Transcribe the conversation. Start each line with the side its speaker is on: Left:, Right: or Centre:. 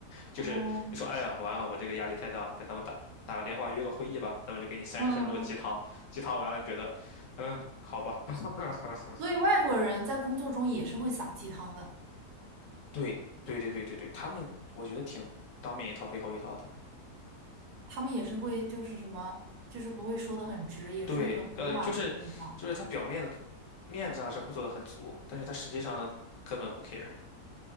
Left: 就是你说，
Right: 哦，
Left: 哎呀，完了，我这个压力太大了，给他们打打个电话，约个会议吧，他们就给你三十分钟的鸡汤，
Right: 嗯嗯，
Left: 鸡汤完了，你觉得，嗯，好吧。<laughs>
Right: 所以外国人在工作中也是会撒鸡汤的。
Left: 对，对，对，对，对，对，他们我觉得挺当面一套背后一套的。
Right: 他们也是会就是什么，就是不会说的很直，也是很委婉的跟你讲，
Left: 对，呃，就是就是他表面的面子上是会做的很足，但是他实际上呢，根本不 care。